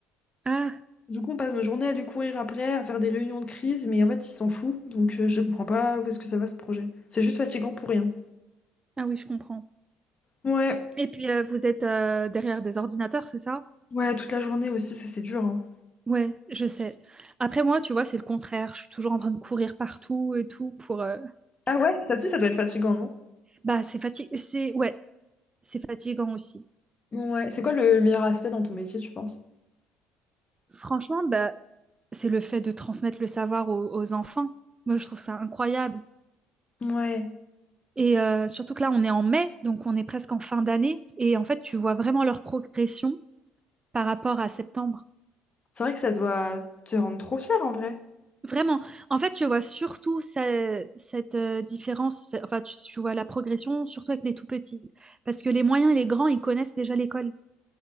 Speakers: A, on the right; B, on the left.
A: Ah,
B: Du coup, on passe nos journées à lui courir après, à faire des réunions de crise, mais en fait, il s'en fout. Donc, euh, je comprends pas où est-ce que ça va ce projet. C'est juste fatigant pour rien.
A: ah oui, je comprends.
B: Ouais,
A: Et puis, euh, vous êtes euh, derrière des ordinateurs, c'est ça?
B: ouais, toute la journée aussi, ça c'est dur, hein.
A: Ouais, je sais. Après moi, tu vois, c'est le contraire. Je suis toujours en train de courir partout et tout pour. euh,
B: Ah ouais, ça aussi, ça doit être fatigant, non?
A: Bah, c'est fati- C'est ouais, c'est fatigant aussi.
B: Ouais, c'est quoi le meilleur aspect dans ton métier, tu penses?
A: Franchement, bah, c'est le fait de transmettre le savoir aux, aux enfants. Moi, je trouve ça incroyable.
B: Ouais,
A: Et euh, surtout que là, on est en mai, donc on est presque en fin d'année. Et en fait, tu vois vraiment leur progression par rapport à septembre.
B: c'est vrai que ça doit te rendre trop fier en vrai.
A: Vraiment. En fait, tu vois surtout ça- cette euh, différence. Enfin, tu tu vois la progression surtout avec les tout petits, parce que les moyens et les grands, ils connaissent déjà l'école.